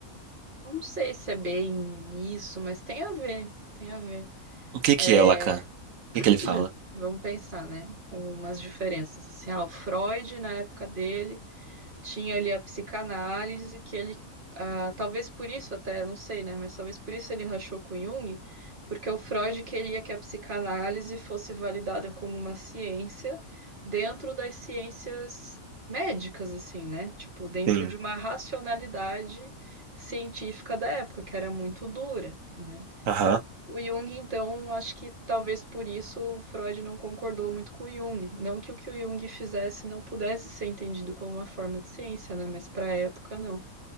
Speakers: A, on the right; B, on the right.
A: não sei se é bem isso, mas tem a ver, tem a ver.
B: O que
A: É,
B: que é o Lacan? O
A: <clears throat>
B: que que ele fala?
A: Vamos pensar, né? Umas diferenças. Assim, ah, o Freud, na época dele, tinha ali a psicanálise, que ele, ah, talvez por isso até, não sei, né? Mas talvez por isso ele rachou com Jung, porque o Freud queria que a psicanálise fosse validada como uma ciência dentro das ciências médicas, assim, né? Tipo, dentro
B: Sim.
A: de uma racionalidade científica da época, que era muito dura, né?
B: Aham.
A: O Jung, então, acho que talvez por isso o Freud não concordou muito com o Jung. Não que o que o Jung fizesse não pudesse ser entendido como uma forma de ciência, né? Mas para a época, não.